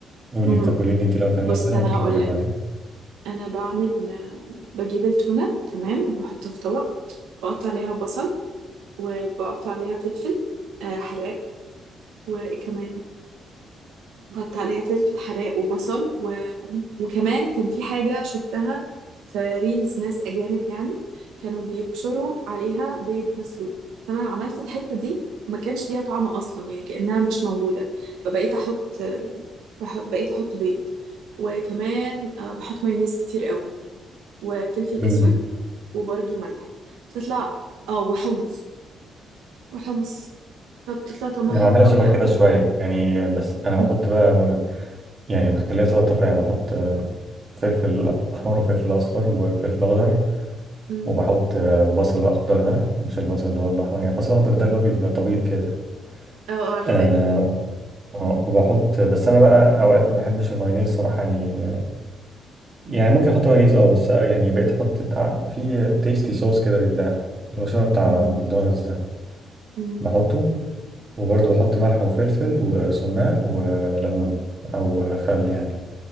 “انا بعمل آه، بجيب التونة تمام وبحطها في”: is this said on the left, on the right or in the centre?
Right